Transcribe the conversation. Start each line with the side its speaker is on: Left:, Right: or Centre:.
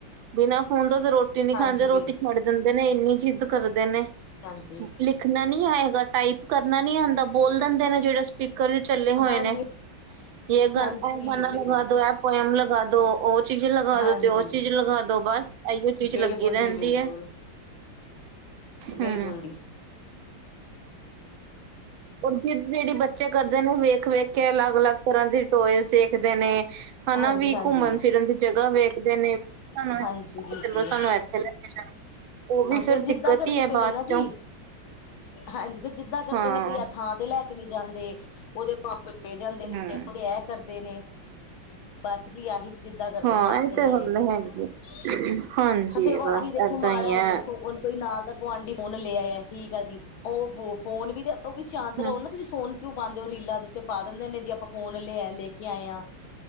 Right: ਬਿਨਾਂ ਫੋਨ ਤੋਂ ਤੇ ਰੋਟੀ ਨੀ ਖਾਂਦੇ
Left: ਹਾਂਜੀ
Right: ਰੋਟੀ।
Left: ਬਿਲਕੁਲ
Right: ਛੱਡ ਦਿੰਦੇ ਨੇ ਇੰਨੀ ਜਿੱਦ ਕਰਦੇ ਨੇ। ਕਰਨਾ
Left: ਹਾਂਜੀ
Right: ਨੀ ਆਏ ਗਾ, ਟਾਈਪ ਕਰਨਾ ਨੀ ਆਉਂਦਾ, ਬੋਲ ਦਿੰਦੇ ਨੇ ਜਿਹੜੇ ਸਪੀਕਰ ਜੇ ਚੱਲੇ ਹੋਏ
Left: ਹਾਂਜੀ
Right: ਨੇ। ਯ ਗਾ
Left: ਹਾਂਜੀ
Right: ਇਹ ਗਾਨਾ
Left: ਬਿਲਕੁਲ
Right: ਲਗਾ ਦੋ, ਇਹ ਪੋਇਮ ਲਗਾ ਦੋ, ਉਹ ਚੀਜ਼ ਲਗਾ
Left: ਹਾਂਜੀ
Right: ਦੋ ਤੇ ਉਹ ਚੀਜ਼ ਲਗਾ ਦੋ ਬਸ। ਇਹੀਓ ਚੀਜ਼
Left: ਬਿਲਕੁਲ
Right: ਲੱਗੀ ਰਹਿੰਦੀ
Left: ਜੀ ਬਿਲਕੁਲ
Right: ਹੈ।
Left: ਬਿਲਕੁਲ
Right: ਹਮ
Left: ਜੀ।
Right: ਔਰ ਜਿਹੜੇ -ਜਿਹੜੇ ਬੱਚੇ ਕਰਦੇ ਨੇ ਵੇਖ- ਵੇਖ ਕੇ ਅਲੱਗ- ਅਲੱਗ ਤਰ੍ਹਾਂ ਦੀ ਟੋਏਜ਼ ਦੇਖਦੇ ਨੇ। ਹਨਾ
Left: ਹਾਂਜੀ
Right: ਵੀ।
Left: ਹਾਂਜੀ
Right: ਘੁੰਮਣ- ਫਿਰਨ ਦੀ ਜਗ੍ਹਾ ਵੇਖਦੇ ਨੇ। ਹੋਲੇ,
Left: ਹਾਂਜੀ
Right: ਘੁੰਮਣ
Left: ਬਿਲਕੁਲ
Right: ਚਲੋ, ਸਾਨੂੰ ਇੱਥੇ ਲੈ ਕੇ ਚਲੋ। ਉਹ ਵੀ
Left: ਹਾਂ
Right: ਫੇਰ
Left: ਜਿੱਦਾਂ
Right: ਦਿੱਕਤ
Left: ਕਰਦੇ
Right: ਹੀ ਹੈ ਬਾਅਦ
Left: ਨੇ ਨਾ
Right: ਚੋਂ।
Left: ਜੀ ਹਾਂਜੀ। ਫੇਰ ਜਿੱਦਾਂ ਕਰਦੇ
Right: ਹਾਂ।
Left: ਨੇ ਬਈ ਇਹ ਥਾਂ ਤੇ ਲੈ ਕੇ ਨਹੀਂ ਜਾਂਦੇ। ਉਹਦੇ ਜਾਂਦੇ ਨੇ
Right: ਹਮ।
Left: ਉਹਦੇ ਇਹ ਕਰਦੇ ਨੇ। ਬਸ ਜੀ ਆਹੀ। ਜਿੱਦਾਂ ਕਰਦੇ
Right: ਹਾਂ
Left: ਨੇ ਅੱਜ
Right: ਇਹ
Left: ਕੱਲ ਦੇ
Right: ਤੇ
Left: ਨਿਆਣੇ
Right: ਗੱਲ
Left: ਵੀ। ਹਾਂ,
Right: ਹੈਗੀ ਹਾਂਜੀ
Left: ਤੇ ਉਹ
Right: ਬਸ
Left: ਇਹ ਵੀ ਦੇਖੋ
Right: ਏਦਾਂ
Left: ਮਾੜਾ।
Right: ਹੀ ਹੈ।
Left: ਦੇਖੋ ਹੁਣ ਕੋਈ ਨਾਲ ਦਾ ਗੁਆਂਢੀ ਫੋਨ ਲਿਆਇਆ। ਠੀਕ ਆ ਜੀ। ਉਹ ਉਹੋ ਫੋਨ ਵੀ ਤੇ ਉਹ ਵੀ ਸ਼ਾਂਤ ਰਹੋ
Right: ਹਮ
Left: ਨਾ ਤੁਸੀਂ ਫੋਨ ਕਿਉਂ ਪਾਉਂਦੇ ਹੋ ਰੀਲਾ ਦੇ ਉੱਤੇ ਪਾ ਦਿੰਦੇ ਨੇ ਜੀ ਆਪਾਂ ਫੋਨ ਲੈ ਲੈ ਕੇ ਆਏ ਹਾਂ।